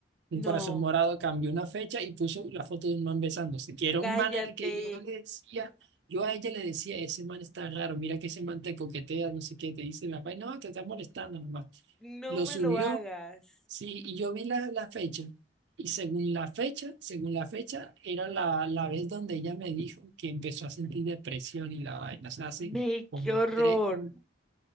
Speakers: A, on the right (about 65°); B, in the centre.
A: un
B: No,
A: corazón morado, cambió una fecha y puso la foto de un man besándose, que era
B: cállate.
A: un man el que yo le decía, yo a ella le decía, ese man está raro, mira que ese man te coquetea, no sé qué, te dice la vaina, no, te está molestando nomás.
B: No
A: Lo
B: me
A: subió,
B: lo hagas.
A: sí, y yo vi la, la fecha, y según la fecha, según la fecha, era la, la vez donde ella me dijo que empezó a sentir depresión y la vaina, o sea, hace
B: Ve,
A: como
B: qué horror.
A: tres, como-